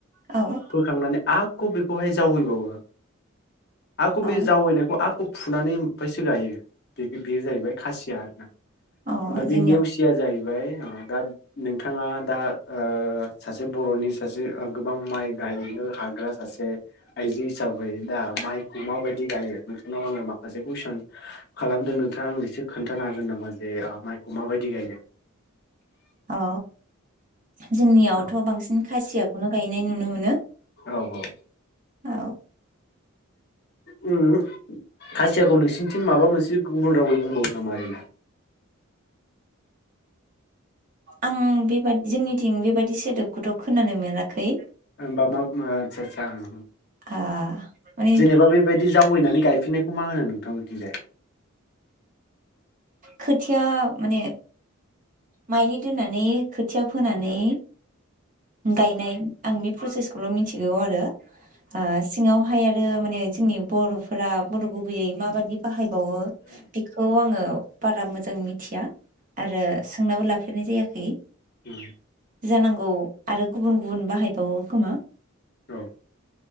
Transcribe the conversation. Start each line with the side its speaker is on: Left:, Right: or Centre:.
Right: औ
Left: फोखांनानै आ क‌ बेखौहाय जावैबावो। आकु
Right: औ
Left: बि जावै नायखौ आकु फुनानै ओमफ्रायसो गायो बे बेयो जाहैबाय खासिया आरोना।
Right: अ
Left: ओमफ्राय बे
Right: जोंनियाव
Left: नेवसिया जाहैबाय बाय दा नोंथाङा दा ओ सासे बर'नि सासे गोबां माइ गायनो हाग्रा सासे आइजो हिसाबै दा माइखौ माबायदि गायो नोंथांनाव आङो माखासे कुइसन खालामदों। नोंथाङा आं एसे खोन्थानो हागोन नामा जे माइखौ माबायदि गायो?
Right: औ। जोंनियावथ‌
Left: औ
Right: बांसिन खासियाखौनो गायनाय नुनो मोनो।
Left: औ औ
Right: औ।
Left: उम खासियाखौ नोंसिनिथिं माबा मोनसे गुबुन रावै बुंबावो नामा ओरैनो?
Right: आं बेबादि जोंनिथिं बेबायदि सोदोबखौथ खोनानाय मोनाखै।
Left: होमबा मा ओ आस्सा आस्सा उम।
Right: आ माने
Left: जेनेबा बेबायदि जावैनानै गाय फिननायखौ मा होनो नोंथां बिथिंजाय?
Right: खोथिया माने माइलि दोननानै खोथिया फोनानै गायनाय आं बे प्रसेसखौल ' मिथिगौ आरो। ओ सिङावहाय आरो माने जोंनि बर'फोरा बर' गुबैयै माबादि बाहायबावो बेखौ आङो बारा मोजां मिथिया। आरो सोंनाबो लाफे रनाय जायाखै।
Left: उम।
Right: जानांगौ आरो गुबुन गुबुन बाहायबावो खोमा।
Left: औ